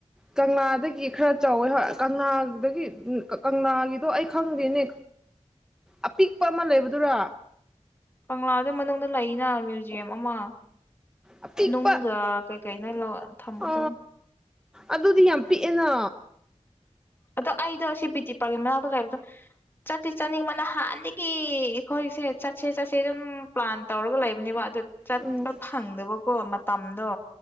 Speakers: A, in the centre; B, on the left.
A: ꯀꯪꯂꯥꯗꯒꯤ ꯈꯔ ꯆꯥꯎꯋꯦ ꯍꯣꯏ ꯀꯪꯂꯥꯗꯒꯤ ꯀꯪꯂꯥꯒꯤꯗꯣ ꯑꯩ ꯈꯪꯗꯦꯅꯦ ꯑꯄꯤꯛꯄ ꯑꯃ ꯂꯩꯕꯗꯨꯔꯥ
B: ꯀꯪꯂꯥꯗ ꯃꯅꯨꯡꯗ ꯂꯩꯅ ꯃ꯭ꯌꯨꯖꯤꯌꯝ ꯑꯃ
A: ꯑꯄꯤꯛꯄ
B: ꯅꯨꯡꯒ ꯀꯩ ꯀꯩꯅꯣ ꯊꯝꯕꯗꯣ
A: ꯑ ꯑꯗꯨꯗꯤ ꯌꯥꯝ ꯄꯤꯛꯑꯦꯅ
B: ꯑꯗꯣ ꯑꯩꯗꯣ ꯁꯤ ꯕꯤ ꯇꯤ ꯄꯥꯔꯛꯀꯤ ꯃꯅꯥꯛꯇ ꯂꯩꯕꯗꯣ ꯆꯠꯇꯤ ꯆꯠꯅꯤꯡꯕ ꯅꯍꯥꯟꯗꯒꯤ ꯑꯩꯈꯣꯏꯁꯦ ꯆꯠꯁꯦ ꯆꯠꯁꯦ ꯑꯗꯨꯝ ꯄ꯭ꯂꯥꯟ ꯇꯧꯔꯒ ꯂꯩꯕꯅꯦꯕ ꯑꯗꯨ ꯆꯠꯄ
A: ꯎꯝ
B: ꯐꯪꯗꯕ ꯀꯣ ꯃꯠ ꯇꯝꯗꯣ